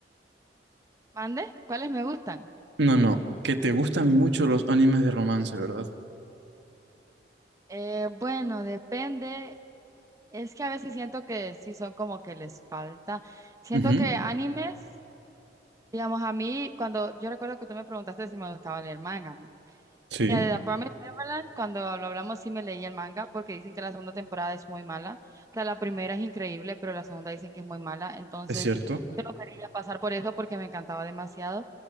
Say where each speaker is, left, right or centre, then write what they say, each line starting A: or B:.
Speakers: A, on the right; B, on the right.
A: ¿Mande? ¿Cuáles me gustan?
B: No, no, que te gustan mucho los animes de romance, ¿verdad?
A: Eh, bueno, depende. Es que a veces siento que sí son como que les falta. Siento
B: Ujú,
A: que animes, digamos, a mí, cuando yo recuerdo que tú me preguntaste si me gustaba leer manga,
B: Sí,
A: Mira, de The Promised Neverland, cuando lo hablamos sí me leí el manga porque dicen que la segunda temporada es muy mala. O sea, la primera es increíble, pero la segunda dicen que es muy mala. Entonces,
B: es cierto.
A: yo no quería pasar por eso porque me encantaba demasiado.